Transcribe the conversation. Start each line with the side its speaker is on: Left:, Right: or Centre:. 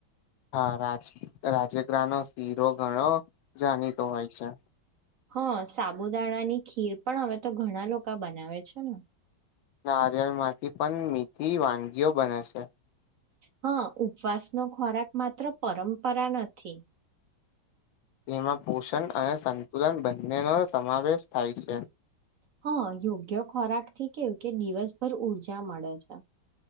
Left: હા રાજ રાજગરાનો સીરો ઘણો જાણીતો હોય છે.
Right: હા સાબુદાણાની ખીર પણ હવે તો ઘણા લોકો બનાવે છે ને.
Left: નારિયળમાંથી પણ મીઠી વાનગીઓ બને છે.
Right: હા ઉપવાસનો ખોરાક માત્ર પરંપરા નથી
Left: તેમાં પોષણ અને સંતુલન બંનેનો સમાવેશ થાય છે
Right: હા યોગ્ય ખોરાક થી કેવું કે દિવસભર ઊર્જા મળે છે